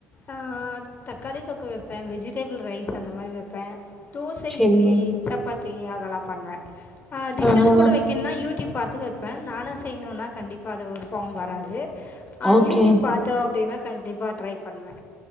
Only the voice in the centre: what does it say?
சரி.
ஆஹா.
ஓகே.